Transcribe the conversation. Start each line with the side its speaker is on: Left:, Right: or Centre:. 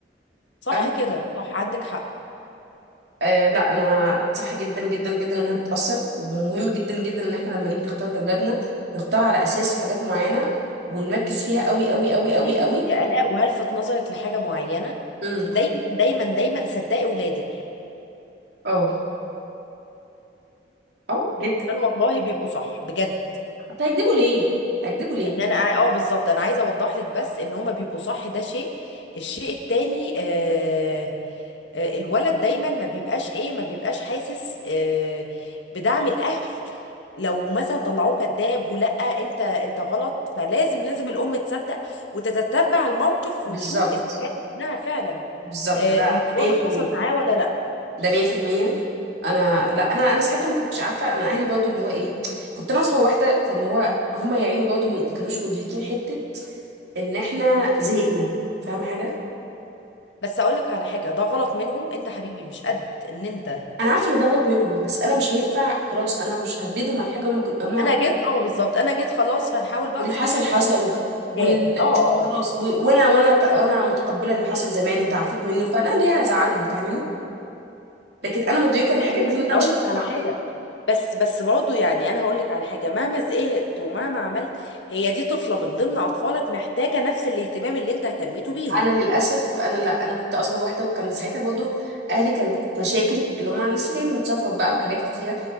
Left: صح
Right: فاهمه
Left: كده صح عندك حق
Right: آه لا انا صح جدا جدا جدا انها بتاثر ومهم جدا جدا ان احنا لما نيجي نختار لاولادنا نختار على اساس حاجات معينه ونركز فيها قوي قوي قوي قوي
Left: بصي بصي
Right: قوي
Left: يا آلاء وهلفت نظرك لحاجة معينة
Right: امم
Left: دايما دايما دايما صدقي ولادك
Right: اه اه جدا
Left: كانوا والله بيبقوا صح بجد
Right: هتكذبوا ليه هتكذبوا ليه
Left: يعني انا اه بالظبط انا عايزه اوضح لك بس ان هما بيبقوا صح ده شيء الشيء التاني آه آه الولد دايما ما بيبقاش ايه ما بيبقاش حاسس آه بدعم الاهل لو مثلا طلعوه كذاب ولا انت انت غلط فلازم لازم الام تصدق وتتتبع الموقف
Right: بالظبط
Left: وتشوف اذا كانت ابنها فعلا
Right: بالظبط
Left: آه،
Right: ده
Left: الموضوع
Right: ده 100%
Left: ده حصل معاه ولا لا
Right: ده 100% انا لا انا انا ساعتها ما كنتش عارفه انا اهلي برضو اللي هو ايه كنت انا اصغر واحده فاللي هو هم يا عيني برضو ما كانوش مدركين حته ان احنا زهقنا فاهمه حاجه
Left: بس اقول لك على حاجه ده غلط منهم انت حبيبي مش قد ان انت
Right: انا عارفه ان ده غلط منهم بس انا مش هينفع خلاص انا مش هجددهم على حاجه هم كن... هم
Left: انا جيت اه بالظبط انا جيت خلاص فهنحاول بقى
Right: واللي
Left: نصحح
Right: حصل حصل
Left: الموقف قدر
Right: وال
Left: الامكان اه اه
Right: خلاص
Left: آه.
Right: و... وانا وانا وانا متقبله اللي حصل زمان وتعافيت منه فانا ليه هزعلهم فاهماني لكن انا مدركه ان الحاجات
Left: ماشي
Right: دي
Left: بس
Right: إن انا
Left: اقول
Right: مش هعملها
Left: لك على
Right: مع
Left: حاجه بس بس برضه يعني انا هقول لك على حاجه مهما زهقت ومهما عملت هي دي طفله من ضمن اطفالك محتاجه نفس الاهتمام اللي انت اهتميته بيهم
Right: انا للاسف انا لا انا كنت اصغر واحده وكان ساعتها برضو اهلي كانت مشاكل اللي هم لسه جايين من سفر بقى وحاجات كتيره